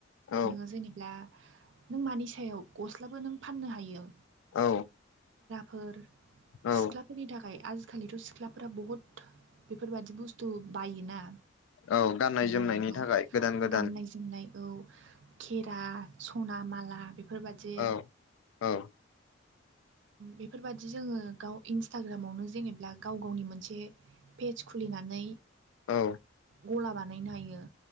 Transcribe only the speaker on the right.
नोङो जेनेब्ला नों मानि सायाव गस्लाबो नों फाननो हायो।
फोर
सिख्लाफोरनि थाखाय आजि आजिखालिथ' सिख्लाफोरा बहुत बेफोरबायाददि बुस्थु बायोना
जानाय
गाननाय जोमनाय औ खेरा सना माला बेफोरबादि
बेफोरबादि जोङो गाव इन्सटाग्रामावनो जेनेबा गाव गावनि मोनसे पेेज खुलिनानै
गला बानायनो हायो